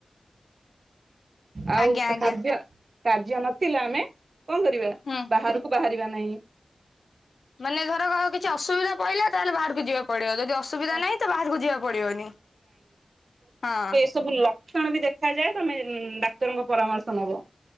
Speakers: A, on the right; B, on the left.
A: ଆଉ
B: ଆଜ୍ଞା ଆଜ୍ଞା
A: କାର୍ଯ୍ୟ କାର୍ଯ୍ୟ ନଥିଲା ଆମେ କଣ କରିବା
B: ହଁ।
A: ବାହାରକୁ ବାହାରିବା ନାହିଁ
B: ମାନେ ଘର କିଛି ଅସୁବିଧା ପଇଲା ତାହେଲେ ବାହାରକୁ ଯିବା। ପଡ଼ିବ ଯଦି ଅସୁବିଧା
A: ହଁ
B: ନାହିଁ ତବାହାରକୁ ଯିବାକୁ ପଡ଼ିବନି ହଁ।
A: ସବୁ ଲକ୍ଷଣବି ଦେଖାଯାଏ ତମେ ଡାକ୍ତରଙ୍କ ପରାମର୍ଶ ନବ।